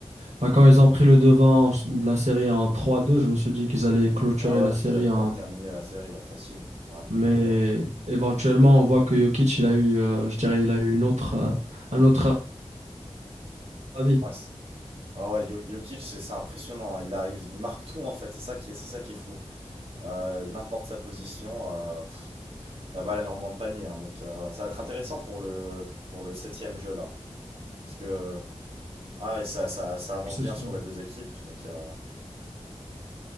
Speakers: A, on the right (about 85°); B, on the right (about 55°).
A: bah, quand ils ont pris le devant de la série en trois deux je me suis dit qu'ils allaient clôturer
B: Ouais, ouais,
A: la série
B: qu'ils allaient pouvoir
A: en...
B: terminer la série, ouais, facile. Ouais.
A: Mais éventuellement, on voit que Jokic, il a eu, euh, je dirais, il a eu une autre, euh, un autre avis.
B: Ouais, c'est- ouais, ouais, Jo- Jokic, c'est c'est impressionnant. hein. Il arrive, il marque tout, en fait. C'est ça qui est, c'est ça qui est fou. Euh, n'importe sa position, euh, pff, la balle, elle entre dans le panier. hein. donc, euh, ça va être intéressant pour le, pour le septième jeu, là. Parce que, ah, et ça, ça, ça avance
A: C'est
B: bien
A: sûr.
B: sur les deux équipes. Donc, euh,